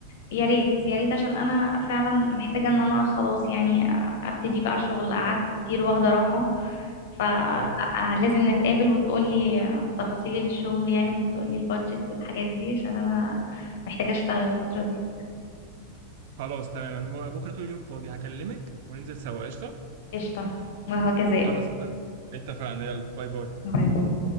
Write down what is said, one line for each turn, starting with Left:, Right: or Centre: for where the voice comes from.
Left: يا ريت يا ريت عشان انا فعلا محتاجة ان انا خلاص يعني ابتدي بقى شغل قعدت
Right: اه
Left: كتير واخدة راحة فلازم
Right: اه
Left: نتقابل وتقولي تفاصيل الشغل يعني وتقولي البادجت والحاجات دي عشان انا محتاجة اشتغل الفترة دي
Right: خلاص تمام انا بكره طول اليوم فاضي هكلمك وننزل سوا قشطه
Left: قشطة وهو كذلك
Right: خلاص ات... اتفقنا يلا باي باي
Left: باي باي